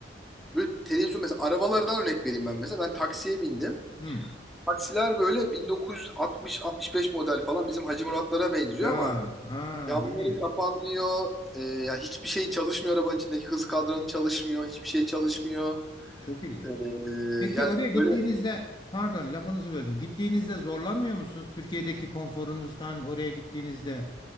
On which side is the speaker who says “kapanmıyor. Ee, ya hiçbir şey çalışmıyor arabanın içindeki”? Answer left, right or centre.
Centre